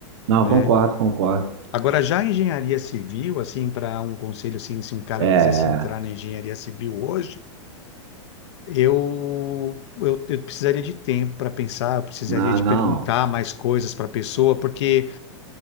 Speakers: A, on the right (about 65°); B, on the left (about 60°).
A: Não,
B: né?
A: concordo, concordo.
B: Agora, já a engenharia civil, assim, para um conselho, assim, se um cara
A: É, é.
B: quisesse entrar na engenharia civil hoje, eu, eu, eu precisaria de tempo para pensar, eu precisaria
A: ah,
B: de
A: não.
B: perguntar mais coisas para a pessoa, porque